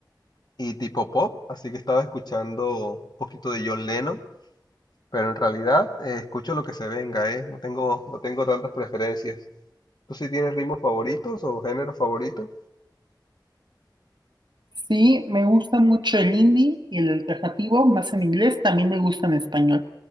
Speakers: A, on the left; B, on the right.
A: y tipo pop, así que estaba escuchando un poquito de John Lennon, pero en realidad eh, escucho lo que se venga, ¿eh? No tengo, no tengo tantas preferencias. ¿Tú sí tienes ritmos favoritos o géneros favoritos?
B: Sí, me gusta mucho el indie y el alternativo, más en inglés, también me gusta en español.